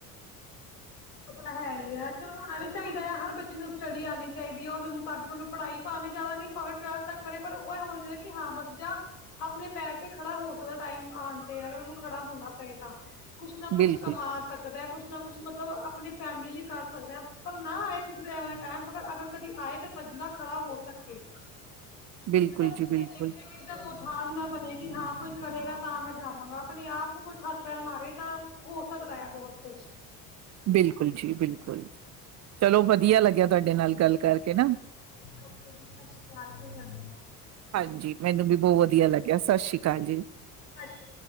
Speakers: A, on the left; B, on the right.
A: ਉਹ ਤਾਂ ਹੈ ਹੀ ਆੱ ਚਲ ਹੋਣਾ ਵੀ ਚਾਹੀਦਾ ਆ ਹਰ ਬੱਚੇ ਨੂੰ ਸਟੱਡੀ ਆਣੀ ਚਾਹੀਦੀ ਹੈ। ਉਹਦੇ ਮੁਤਾਬਿਕ ਉਹਨੂੰ ਪੜਾਈ ਭਾਵੇਂ ਜ਼ਿਆਦਾ ਨਹੀਂ ਭਾਵੇ ਟਵਲਥ ਤੱਕ ਕਰੇ ਪਰ ਉਹ ਇਹ ਹੋਣਾ ਹੈ ਕਿ ਬੱਚਾ ਆਪਣੇ ਪੈਰ ਤੇ ਖੜਾ ਹੋ ਸਕਦਾ ਟਾਈਮ ਆਣ ਤੇ ਅਗਰ ਉਹਨੂੰ ਖੜਾ ਹੋਣਾ ਪਏ ਤਾਂ। ਕੁ ਕੁੱਛ
B: ਬਿਲਕੁਲ
A: ਕਮਾ ਸਕਦਾ ਕੁੱਛ ਨਾ ਕੁਛ ਮਤਲਬ ਆਪਣੀ ਫੈਮਿਲੀ ਲਈ ਕਰ ਸਕਦੇ ਹ ਪਰ ਨਾ ਆਏ ਕਿਸੇ ਦੇ ਇਹੋ ਟਾਈਮ ਪਰ ਅਗਰ ਕਦੀ ਆਏ ਤਾਂ ਬੰਦਾ ਖੜਾ ਹੋ ਸਕੇ। ਤੁਸੀਂ
B: ਬਿਲਕੁਲ
A: ਤਾਂ ਮੂੰਹ
B: ਜੀ ਬਿਲਕੁਲ
A: ਨੇ ਦੇਖਿਆ ਆਜ ਨਾ ਬਣੇਗੀ ਹਾਂ ਕੋਈ ਕਰੇਗਾ ਤਾਂ ਮੈਂ ਜਾਵਾਂਗਾ ਆਪਣੇ ਆਪ ਨੂੰ ਕੁਛ ਹੱਥ ਪੈਰ ਮਾਰੇ ਤਾਂ ਹੋ ਸਕਦਾ ਆ ਬਹੁਤ ਕੁਛ
B: ਬਿਲਕੁਲ ਜੀ ਬਿਲਕੁਲ ਚਲੋ ਵਧੀਆ ਲੱਗਿਆ ਤੁਹਾਡੇ ਨਾਲ ਗੱਲ ਕਰਕੇ ਨਾ
A: ਓਕੇ ਜੀ ਸਤਿ ਸ਼੍ਰੀ ਅਕਾਲ ਫਿਰ ਕਰਦੇ ਹਾਂ
B: ਹਾਂਜੀ ਮੈਨੂੰ ਵੀ ਬਹੁਤ ਵਧੀਆ ਲੱਗਿਆ ਸਤਿ ਸ੍ਰੀ ਅਕਾਲ ਜੀ
A: ਅੱਛਾ